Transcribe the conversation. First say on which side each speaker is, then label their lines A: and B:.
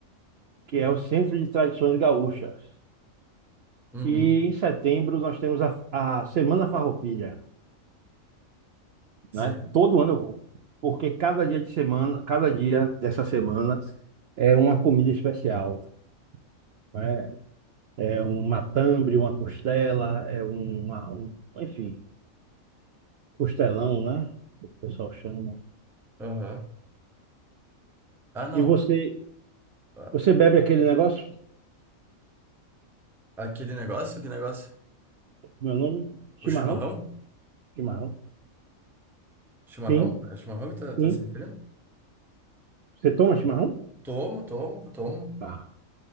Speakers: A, on the right; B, in the centre.
A: que é o Centro de Tradições Gaúchas.
B: Uhum,
A: E em setembro nós temos a, a Semana Farroupilha,
B: sim.
A: né? Todo ano eu vou, porque cada dia de semana, cada dia dessa semana é uma comida especial, né? É um matambre, uma costela, é um, uma, um, enfim, costelão, né? O pessoal chama.
B: Aham. Ah, não.
A: E você,
B: Ah,
A: você bebe aquele negócio?
B: Aquele negócio, que negócio?
A: Meu nome? Chimarrão?
B: O chimarrão?
A: Chimarrão?
B: Chimarrão?
A: Sim,
B: É chimarrão que tá, tá
A: sim.
B: se referindo?
A: Você toma chimarrão?
B: Tomo, tomo, tomo,
A: Tá.